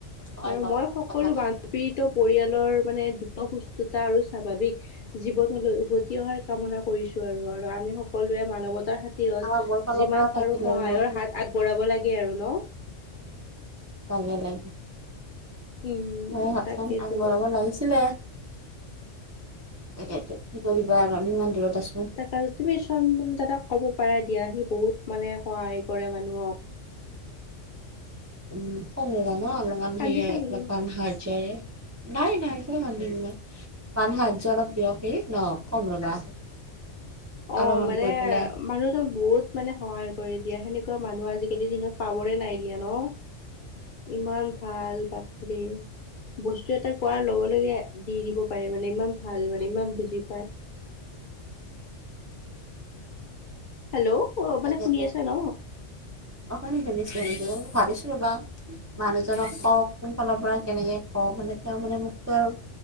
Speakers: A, on the right; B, on the left.
A: হয়
B: আৰু,
A: হয়
B: মই
A: হয়
B: সকলো
A: কথাষাৰ
B: বান পীড়িত পৰিয়ালৰ মানে, দ্ৰুত সুস্থতাৰ আৰু স্বাভাৱিক জীৱনলৈ উভতি অহাৰ কামনা কৰিছোঁ আৰু, আৰু আমি সকলোৱে মানৱতাৰ খাতিৰত,
A: আমাৰ মোৰ ফালৰ
B: যিমান
A: পৰা থাকিলে
B: পাৰোঁ সহায়ৰ
A: মোৰ
B: হাত আগবঢ়াব লাগে আৰু ন।
A: লাগে, লাগে
B: উম
A: হয়, হাতখন
B: তাকেইতো
A: আগবঢ়াব
B: আৰু
A: লাগিছিল। তাকেটো কি কৰিবা আৰু, আমি ইমান দূৰত আছোঁ।
B: তাক আৰু তুমি চন্দন দাদাক ক'ব পাৰা দিয়া, সি বহুত মানে, সহায় কৰে মানুহক।
A: উম কম ন অলপমান সেয়
B: কান্দিছা নেকি
A: বান সাহায্যয়ে নাই নাই কিয় হাস দিম মই বান সাহায্য অলপ দিয়কে ন কম ৰবা অলপমান
B: অ মানে,
A: গৈ পেলাই
B: মানুহ তক বহুত মানে সহায় কৰি দিয়া, সেনেকুৱা মানুহ আজিকালিৰ দিনত পাবৰে নাই দিয়া ন?
A: <inaudible>
B: ইমান ভাল বাপৰে, বস্তু এটা কোৱাৰ লগে লগে? দি দিব পাৰে মানে ইমান ভাল মানে ইমান বুজি পায়। হেল্ল' অ
A: তাকেতো
B: মানে শুনি আছা ন?
A: অ হয় শুনিছোঁ শুনিছোঁ মই মানে ভাবিছো ৰ'বা। মানুহজনক কও কোন ফালৰ পৰা কেনেকে কওঁ মানে তেওঁ মানে মোকতো আৰু,